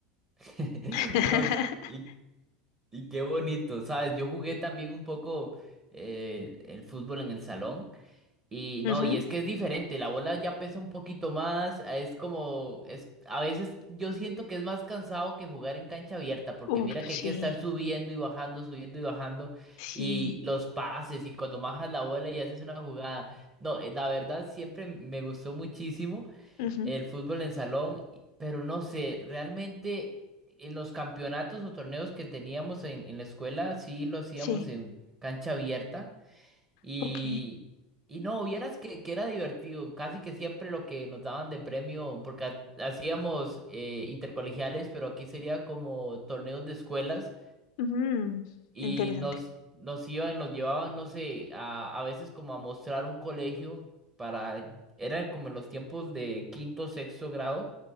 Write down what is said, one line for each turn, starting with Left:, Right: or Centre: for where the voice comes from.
Right: <laughs>
Left: <laughs>
Right: No, y, y qué bonito, ¿sabes? Yo jugué también un poco eh, el fútbol en el salón. Y
Left: Ujú.
Right: no, y es que es diferente, la bola ya pesa un poquito más, es como, es, a veces yo siento que es más cansado que jugar en cancha abierta, porque
Left: Uf,
Right: mira que
Left: sí,
Right: hay que estar subiendo y bajando, subiendo y bajando,
Left: sí,
Right: y los pases, y cuando bajas la bola y haces una jugada. No, eh, la verdad siempre me gustó muchísimo
Left: ujú,
Right: el fútbol en salón, y- pero no sé, realmente en los campeonatos o torneos que teníamos en, en la escuela, sí lo hacíamos
Left: sí,
Right: en cancha abierta. Y,
Left: ok.
Right: y no, vieras que, que era divertido, casi que siempre lo que nos daban de premio, porque ha- hacíamos eh, intercolegiales, pero aquí sería como torneos de escuelas
Left: ujú,
Right: y
Left: Interesante.
Right: nos, nos iban, nos llevaban, no sé, a, a veces como a mostrar un colegio para, era como en los tiempos de quinto, sexto grado,